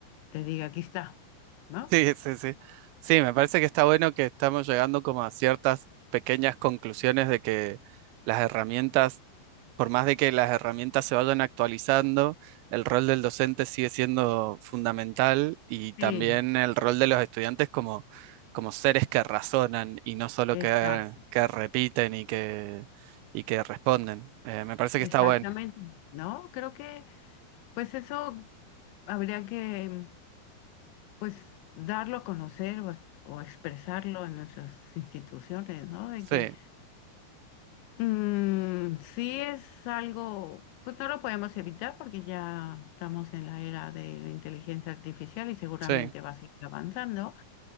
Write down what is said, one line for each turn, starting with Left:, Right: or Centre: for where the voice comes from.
Left: te diga, aquí está, ¿no?
Right: Sí, sí, sí. Sí, me parece que está bueno que estamos llegando como a ciertas pequeñas conclusiones de que las herramientas, por más de que las herramientas se vayan actualizando, el rol del docente sigue siendo fundamental y también
Left: Sí,
Right: el rol de los estudiantes como, como seres que razonan y no solo
Left: exacto.
Right: que, que repiten y que, y que responden. Eh, me parece que
Left: Exactamente,
Right: está bueno.
Left: ¿no? Creo que pues eso habría que pues darlo a conocer o, es- o expresarlo en nuestras instituciones, ¿no? De
Right: Sí.
Left: que mm, sí es algo, pues no lo podemos evitar porque ya estamos en la era de la inteligencia artificial y seguramente
Right: Sí,
Left: va a seguir avanzando,